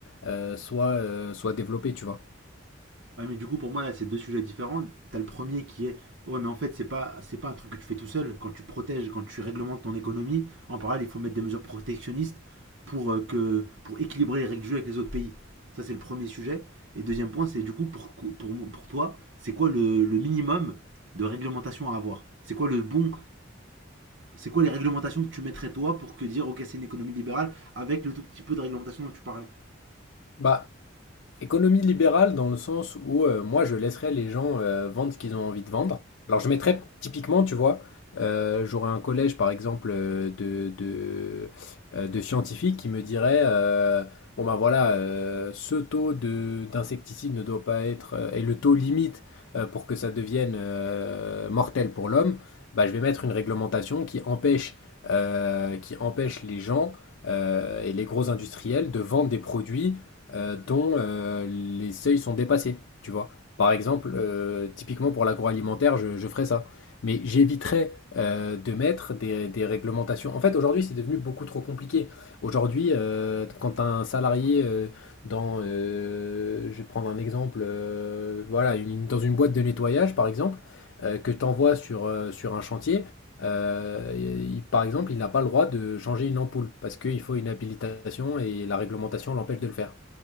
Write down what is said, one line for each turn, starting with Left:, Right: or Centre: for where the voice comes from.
Left: euh, soit, euh, soit développer, tu vois.
Right: Ouais, mais du coup, pour moi, là, c'est deux sujets différents. T'as le premier qui est, ouais, mais en fait, c'est pas, c'est pas un truc que tu fais tout seul. Quand tu protèges, quand tu réglementes ton économie, en parallèle, il faut mettre des mesures protectionnistes pour, euh, que, pour équilibrer les règles du jeu avec les autres pays. Ça, c'est le premier sujet. Et deuxième point, c'est du coup, pour, pour, mon- pour toi, c'est quoi le, le minimum de réglementation à avoir C'est quoi le bon, c'est quoi les réglementations que tu mettrais toi pour que dire, ok, c'est une économie libérale avec le tout petit peu de réglementation dont tu parlais
Left: Bah, Économie libérale dans le sens où euh, moi je laisserais les gens euh, vendre ce qu'ils ont envie de vendre. Alors je mettrais typiquement, tu vois, euh, j'aurais un collège par exemple euh, de, de, euh, de scientifiques qui me diraient euh, bon ben voilà, euh, ce taux de d'insecticide ne doit pas être euh, et le taux limite euh, pour que ça devienne euh, mortel pour l'homme, bah, je vais mettre une réglementation qui empêche, euh, qui empêche les gens euh, et les gros industriels de vendre des produits euh, dont euh, les seuils sont dépassés, tu vois. Par exemple, euh, typiquement pour l'agroalimentaire, je, je ferais ça. Mais j'éviterais euh, de mettre des, des réglementations. En fait, aujourd'hui, c'est devenu beaucoup trop compliqué. Aujourd'hui, euh, quand un salarié euh, dans, euh, je vais prendre un exemple, euh, voilà, une- dans une boîte de nettoyage, par exemple, euh, que tu envoies sur, euh, sur un chantier, euh, il- par exemple, il n'a pas le droit de changer une ampoule parce qu'il faut une habilitation et la réglementation l'empêche de le faire.